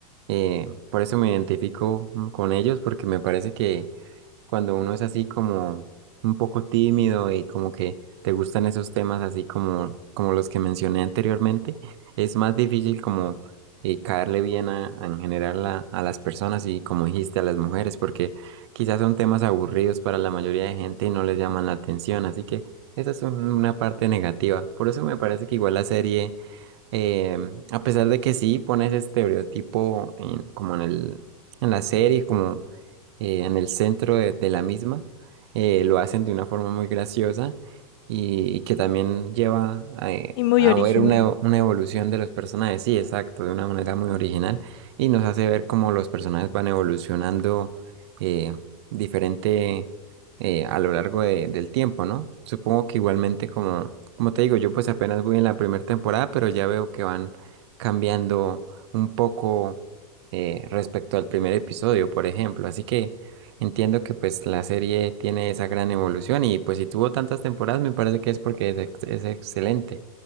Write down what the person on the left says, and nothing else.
y muy
original.